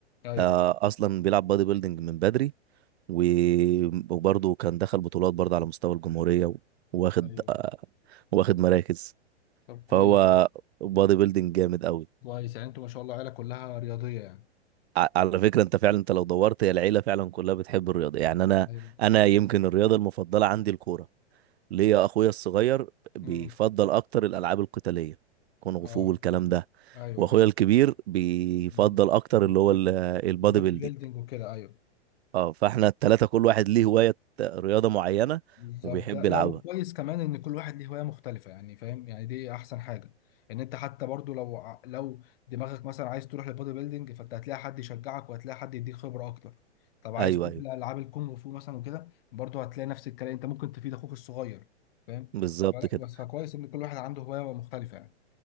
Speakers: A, on the left (about 55°); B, on the right (about 65°).
A: ايوه
B: آه أصلا بيلعب بادي بيلدينج من بدري و... وبرضه كان دخل بطولات برضه على مستوى الجمهورية واخد
A: ايوه
B: واخد مراكز
A: طب كويس
B: فهو بادي بيلدينج جامد أوي
A: كويس يعني انتوا ما شاء الله عيله كلها رياضيه يعني
B: ع- على فكرة انت فعلا انت لو دورت هي العيلة فعلا كلها بتحب الرياضة يعني انا
A: ايوه
B: انا يمكن الرياضة المفضلة عندي الكورة ليه يا اخويا الصغير بيفضل
A: امم
B: اكتر الالعاب القتالية كونغ
A: اه
B: فو والكلام ده
A: ايوه
B: واخويا
A: ايوه
B: الكبير بيفضل
A: امم
B: اكتر
A: البودي
B: اللي هو ال- البادي
A: البودي
B: بيلدينج
A: بيلدينج وكده ايوه
B: اه فاحنا التلاتة كل واحد ليه هواية رياضة معينة
A: بالظبط
B: وبيحب
A: لا
B: يلعبها
A: وكويس كمان ان كل واحد ليه هوايه مختلفه يعني فاهم يعني دي احسن حاجه ان انت حتى برضو لو ع- لو دماغك مثلا عايز تروح للبودي بيلدينج فانت هتلاقي حد يشجعك وهتلاقي حد يديك خبره اكتر طب عايز
B: ايوه
A: تروح
B: ايوه
A: لالعاب الكونغ فو مثلا وكده برضو هتلاقي نفس الكلام انت ممكن تفيد اخوك الصغير فاهم
B: بالظبط
A: فلا
B: كده
A: بس فكويس ان كل واحد عنده هوايه مختلفه يعني